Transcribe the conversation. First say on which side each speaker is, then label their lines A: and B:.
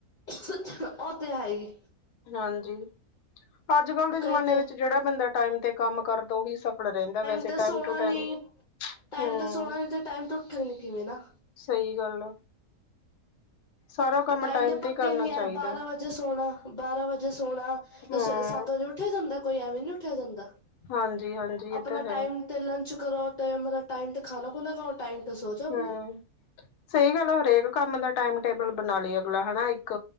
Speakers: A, on the left; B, on the left.
A: ਸਚਣ ਉਹ ਤੇ ਹੈ ਹੀ।
B: ਹਾਂਜੀ। ਅੱਜ ਕੱਲ੍ਹ ਦੇ
A: ਕਈ
B: ਜਮਾਨੇ
A: ਤੇ
B: ਵਿੱਚ ਜੇੜਾ ਬੰਦਾ ਟਾਈਮ ਤੇ ਕੰਮ ਕਰਦਾ ਉਹੀ ਸਫਲ ਰੈਂਦਾ ਵੈਸੇ
A: ਤੇ
B: ਟਾਈਮ
A: ਸੋਣਾ
B: ਟੁ
A: ਨੀ
B: ਟਾਈਮ।
A: ਟਾਈਮ
B: ਹੂੰ
A: ਤਾਂ ਸੋਣਾ ਨੀ ਤੇ ਟਾਈਮ ਉੱਠਣ ਗੇ ਕਿਵੇਂ ਨਾ।
B: ਸਹੀ ਗੱਲ ਆ। ਸਾਰਾ ਕੰਮ
A: ਟਾਈਮ ਤੇ ਪੱਕੇ
B: ਹੀ ਕਰਨਾ
A: ਨੀ ਹੈ
B: ਚਾਹੀਦਾ
A: ਬਾਰਾਂ ਵਜੇ ਸੋਣਾ ਬਾਰਾਂ ਵਜੇ ਸੋਣਾ
B: ਹੂੰ
A: ਤੇ ਸਵੇਰੇ ਸੱਤ ਵਜੇ ਉੱਠੇ। ਜਾਂਦਾ ਕੋਈ ਐਵੇਂ ਨੀ ਉੱਠਿਆ ਜਾਂਦਾ
B: ਹਾਂਜੀ ਹਾਂਜੀ
A: ਆਪਣਾ
B: ਇਹ ਤਾਂ ਹੈ
A: ਟਾਈਮ। ਅਤੇ ਲੰਚ ਕਰੋ ਅਤੇ ਮਤਲਬ ਟਾਈਮਤੇ ਖਾਣਾ ਖੂਣਾ ਗਾਾਓ। ਟਾਈਮ ਤਾਂ ਸੋ ਜਾਓ। ਆਪਣੇ।
B: ਹਮ ਸਹੀ ਗੱਲ ਹਰੇਕ ਕੰਮ ਦਾ ਟਾਈਮ ਟੇਬਲ ਬਣਾ ਲਈ ਅਗਲਾ ਹਨਾ ਇੱਕ।